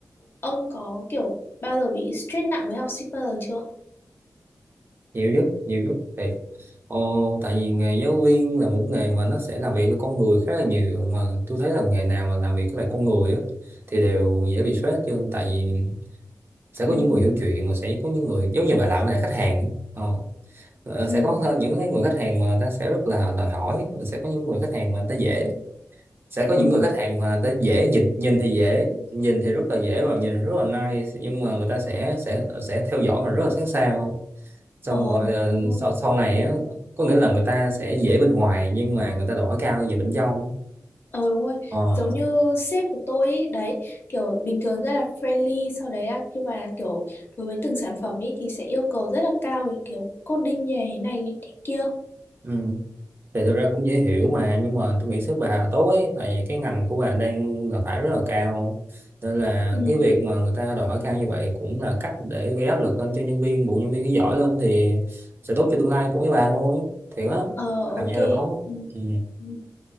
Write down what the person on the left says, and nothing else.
ông có kiểu bao giờ bị stress nặng với học sinh bao giờ chưa
ừ
ừ
ừ
ờ
đúng
Ờ đúng rồi,
giống như sếp của tôi ý, đấy, kiểu bình thường rất là friendly, sau đấy là nhưng mà kiểu đối với từng sản phẩm ý thì sẽ yêu cầu rất là cao về kiểu coding như thế này như thế kia.
Ừ,
ờ ok.
Ừ.
Ừ.